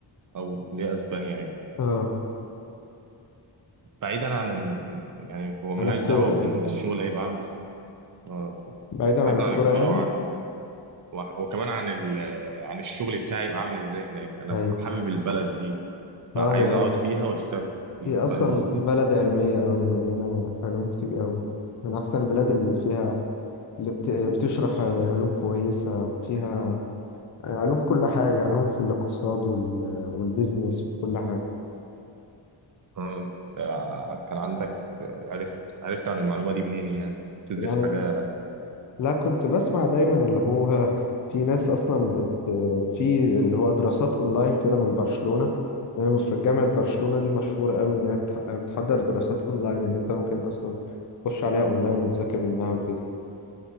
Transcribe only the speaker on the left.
اه
عن الكورة
ايوه
بعيدا
عن الكورة
يعني
ايوه
اه هي
هي اصلا
بلد علمية قوي مليانة علوم كتير قوي من احسن البلاد اللي فيها اللي بت... بتشرح علوم كويسة فيها علوم في كل حاجة علوم في الاقتصاد وال... والبيزنس وفي كل حاجة
يعني
لا كنت بسمع دايما اللي هو في ناس اصلا بت في اللي هو دراسات اونلاين كده من برشلونة دايما في جامعة برشلونة دي مشهورة قوي ان هي بتح- بتحضر دراسات اونلاين ان انت ممكن اصلا تخش عليها اونلاين وتذاكر منها وكده